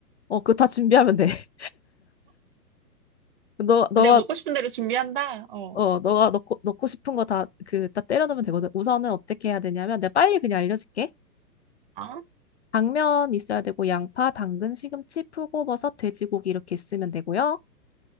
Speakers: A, on the left; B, on the right.
A: 어, 그거 다 준비하면 돼. <laughs> 너, 너가
B: 내가 먹고 싶은 대로 준비한다. 어,
A: 어, 너가 넣고, 넣고 싶은 거 다, 그, 다 때려 넣으면 되거든. 우선은 어떻게 해야 되냐면, 내가 빨리 그냥 알려줄게.
B: 아,
A: 당면 있어야 되고, 양파, 당근, 시금치, 표고버섯, 돼지고기 이렇게 있으면 되고요.